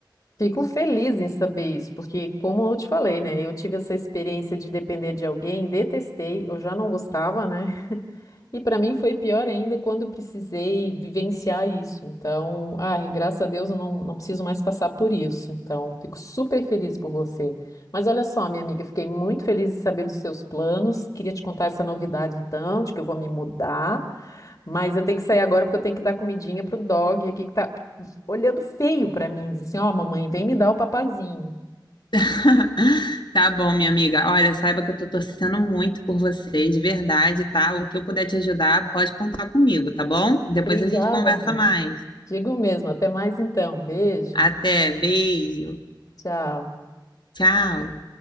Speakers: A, on the left (about 50°); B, on the left (about 70°).
A: Fico feliz em saber isso, porque, como eu te falei, né? Eu tive essa experiência de depender de alguém, detestei, eu já não gostava, né? E para mim foi pior ainda quando eu precisei vivenciar isso. Então, ai, graças a Deus eu não, não preciso mais passar por isso. Então, fico super feliz por você. Mas olha só, minha amiga, fiquei muito feliz em saber dos seus planos. Queria te contar essa novidade, então, de que eu vou me mudar. Mas eu tenho que sair agora porque eu tenho que dar comidinha pro dog aqui que tá olhando feio para mim. Diz assim: Ó, mamãe, vem me dar o papazinho.
B: <laughs> Tá bom, minha amiga. Olha, saiba que eu tô torcendo muito por você, de verdade, tá? O que eu puder te ajudar, pode contar comigo, tá bom? Depois
A: Obrigada,
B: a gente conversa
A: amiga.
B: mais.
A: Digo mesmo. Até mais então. Beijo.
B: Até, beijo.
A: Tchau.
B: Tchau.